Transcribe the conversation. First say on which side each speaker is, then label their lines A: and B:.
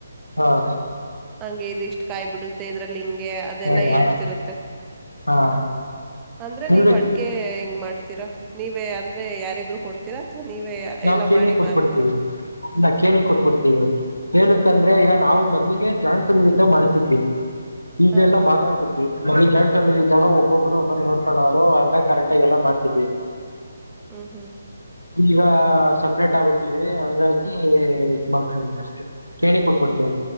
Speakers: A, on the left; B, on the right.
A: ಹಾಂ
B: ಹಂಗೆ ಇದು ಇಷ್ಟ್ ಕಾಯ್ ಬಿಡುತ್ತೆ ಇದ್ರಲ್ ಹಿಂಗ್ ಗೆ ಅದೆಲ್ಲ
A: ಹೌದಾ
B: ಹೇಳ್ತಿರುತ್ತೆ
A: ಹಾ
B: ಅಂದ್ರೆ
A: ನಿಮ್ಗೆ
B: ನೀವು ಅಡಿಕೆ ಹೆಂಗ್ ಮಾಡ್ ತೀರಾ ನೀವೇ ಅಂದ್ರೆ ಯಾರಿದ್ರು ಕೊಡ್ತೀರಾ? ಅಥವಾ ನೀವೇ
A: ನಾವ್
B: ಎಲ್ಲ
A: ಕೇಣಿ
B: ಮಾಡಿ
A: ಕೊಟ್ಬಿಡ್ತೀವಿ.
B: ಮಾರ್ತೀರಾ
A: ಇಲ್ಲ ಕೇಣಿ ಕೊಟ್ಬಿಡ್ತೀವಿ ಏನುಕಂದ್ರೆ
B: ಹ್ಮ್
A: ಈಗ ನಾವೆ ಮತ್ ಕೇಣಿಗೆ ಜಾಯಿಂಟ್ ಫ್ಯಾಮಿಲಿಂದ ಮಾಡ್ತಿದ್ವಿ. ಈಗೆಲ್ಲ
B: ಹಾ
A: ಭಾಗ ಆಗ್ಬಿಟ್ ವಿ ಮೊದ್ಲು ಜಾಯಿಂಟ್ ಫ್ಯಾಮಿಲಿ ಲಿದ್ದಾಗ ಒಬ್ಬೊಬ್ರು ಒಂದೊಂದ್ ನೋಡ್ಕೊಳ್ಳೋರು ಹಂಗಾಗ್ ಕರೆಕ್ಟಾಗ್ ಎಲ್ಲ ಮಾಡ್ತಿದ್ವಿ.
B: ಹ್ಮ್ ಹ್ಮ್
A: ಈಗ ಸಪ್ರೇಟ್ ಆಗ್ಬಿಟ್ಟೀವಿ ಹಂಗಾಗಿ ಇದ್ ಮಾಡ್ತೀನಿ ಅಷ್ಟೆ. ಕೇಣಿ ಕೊಟ್ಬಿಡ್ತೀನಿ